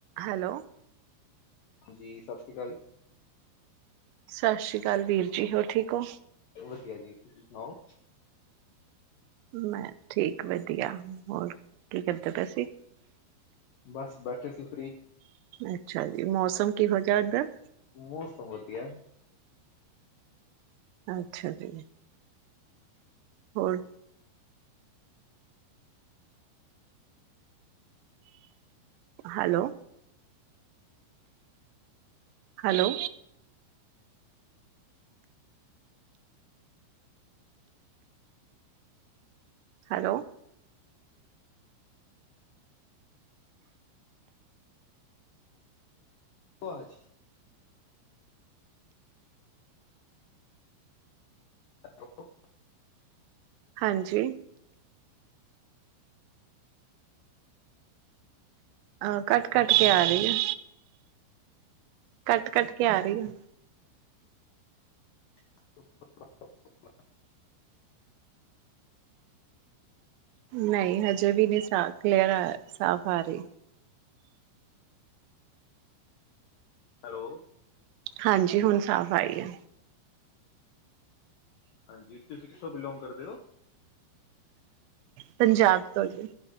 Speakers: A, on the right (about 85°); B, on the left (about 75°).
A: Hello
B: ਜੀ ਸਤ ਸ੍ਰੀ ਆਕਾਲ
A: ਸਤਿ ਸ਼੍ਰੀ ਅਕਾਲ ਵਿਰ ਜੀ ਹੋਰ ਠੀਕ ਹੋ
B: ਵਧੀਆ ਜੀ ਤੁਸੀਂ ਸੁਣਾਓ
A: ਮੈਂ ਠੀਕ ਵਦੀਆ, ਹੋਰ ਕੀ ਕਰਦੇਪਏ ਸੀ
B: ਬਸ ਬੈਠੇ ਸੀ ਫ੍ਰਰੀ
A: ਅੱਛਾ ਜੀ ਮੌਸਮ ਕਿਹੋ ਜਿਹਾ ਇਧਰ
B: ਮੌਸਮ ਵਦੀਆ
A: ਅੱਛਾ ਜੀ ਹੋਰ ਹੈਲੋ ਹੈਲੋ ਹੈਲੋ
B: ਅਛਾ <unintelligible> <unintelligible>
A: ਹਾਂਜੀ ਆਹ ਕੱਟ ਕੱਟ ਕੇ ਆ ਰਹੀ ਆ ਕੱਟ ਕੱਟ ਕੇ ਆ ਰਹੀ ਆ
B: <unintelligible> <unintelligible>
A: ਨਹੀਂ ਹਜੇ ਵੀ ਨਹੀਂ ਸਾ ਕਲੀਅਰ ਸਾਫ਼ ਆ ਰਹੀ
B: ਹੈਲੋ
A: ਹਾਂਜੀ ਹੁਣ ਸਾਫ਼ ਆਈ ਆ
B: ਹਾਂਜੀ ਤੁਸੀਂ ਕਿਸੋ ਬਿਲੋਂਗ ਕਰਦੇ ਹੋ
A: ਪੰਜਾਬ ਤੋਂ ਜੀ